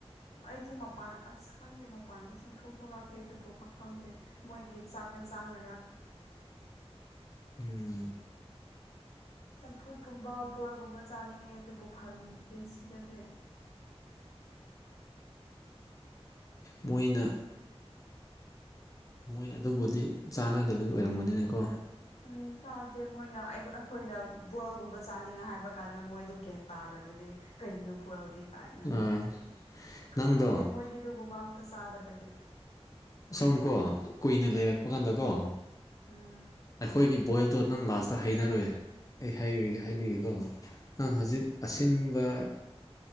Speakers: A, on the left; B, on the left.
A: ꯑꯩꯗꯤ ꯃꯄꯥꯟ ꯑꯁ ꯈꯪꯗꯦ ꯃꯄꯥꯟꯗꯤ ꯁꯨꯡꯊꯣꯛ ꯊꯣꯛꯂꯛꯇꯦ ꯑꯗꯨꯕꯨ ꯀ ꯈꯪꯗꯦ ꯃꯣꯏꯒꯤ ꯆꯥꯛ ꯌꯦꯟꯁꯥꯡꯅꯔ
B: ꯎꯝ
A: ꯆꯝꯐꯨꯠꯒꯨꯝꯕ ꯕꯣꯜꯒꯨꯝꯕ ꯆꯥꯅꯤꯡꯉꯦ ꯑꯗꯨꯕꯨ ꯐꯪꯗꯦ ꯁꯤꯗꯗꯤ
B: ꯃꯣꯏꯅ ꯃꯣꯏ ꯑꯗꯨꯕꯨꯗꯤ ꯆꯥꯟꯅꯗꯕꯒꯤ ꯑꯣꯏꯔꯝꯒꯅꯤꯅꯦꯀꯣ
A: ꯎꯝ ꯆꯥꯗꯦ ꯃꯣꯏꯅ ꯑꯩ ꯑꯩꯈꯣꯏꯅ ꯕꯣꯏꯜꯒꯨꯝꯕ ꯆꯥꯅꯤꯡꯉꯦ ꯍꯥꯏꯕ ꯀꯥꯟꯗ ꯃꯣꯏꯗꯨ ꯒ꯭ꯌꯥꯟ ꯇꯥꯗꯕꯅꯦ ꯀꯩꯅꯣ ꯕ꯭ꯔꯣꯏꯜꯗꯤ ꯀꯥꯏꯅ
B: ꯑꯥ
A: ꯈꯪꯗꯦ
B: ꯅꯪꯗꯣ
A: ꯃꯣꯏꯗꯤ ꯑꯗꯨꯒꯨꯝꯕ ꯑꯝꯇ ꯆꯥꯗꯕꯒꯤ
B: ꯁꯣꯝ ꯀꯣ ꯀꯨꯏꯅ
A: ꯎꯝ
B: ꯂꯩꯔꯛꯄ ꯀꯥꯟꯗꯀꯣ
A: ꯎꯝ
B: ꯑꯩꯈꯣꯏꯒꯤ ꯕꯣꯏꯜꯗꯣ ꯅꯪ ꯂꯥꯁꯇ ꯍꯩꯅꯔꯣꯏ ꯑꯩ ꯍꯥꯏꯕꯤꯒꯦꯀꯣ ꯅꯪ ꯍꯧꯖꯤꯛ ꯑꯁꯤꯟꯕ